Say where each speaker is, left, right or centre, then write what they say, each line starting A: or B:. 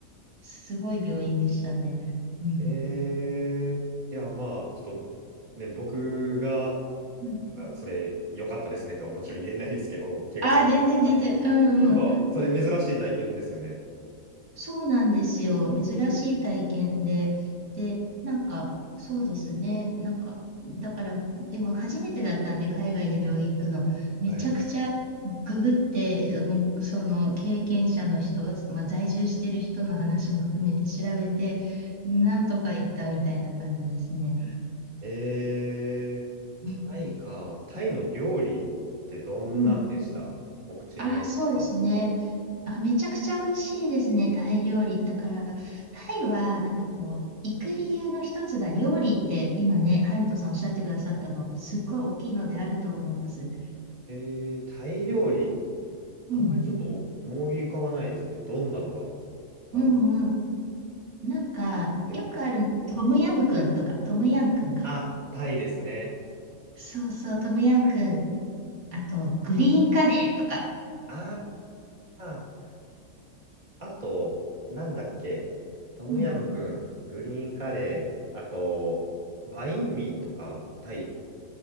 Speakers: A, on the right; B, on the right.
A: すごい病院でしたね。うん。
B: えー、いや、まあ、ちょっとね、僕が、
A: うん
B: なんか、それ、良かったですねとはもちろん言えないですけど、怪我されたわけなんで、
A: ああ、全然全然。うんうん
B: なんか、それ、珍しい体験ですよね。
A: そうなんですよ。珍しい体験で。で、なんか、そうですね。なんか、だから、でも初めてだったんで、海外で病院行くの、めちゃくちゃ
B: はい。
A: ググって、うんその経験者の人、まあ、在住してる人の話も含めて調べて、なんとか行ったみたいな感じですね。
B: えー、
A: うん。
B: タイか、タイの料理ってどんなんでしたお口に合いました。
A: うん。ああ、そうですね。あ、めちゃくちゃ美味しいですね、タイ料理。だから、タイは、なんかこう、行く理由の一つが料理って、今ね、ハルトさんおっしゃってくださったの、すっごい大きいのであると思います。
B: えー、タイ料理、
A: うん。
B: あんまりちょっと思い浮かばないですね。どんなのがあるのか。
A: うんうん。なんか、
B: え
A: よくあるの、トムヤムクンとか、トムヤンクンか。
B: あ、タイですね。
A: そうそう、トムヤンクン。
B: 確か
A: あと、グリーンカレーとか。
B: に。ああー。あと、なんだっけ、トムヤム君グリーンカレー、
A: うん
B: あと、バインミーとか、タイ、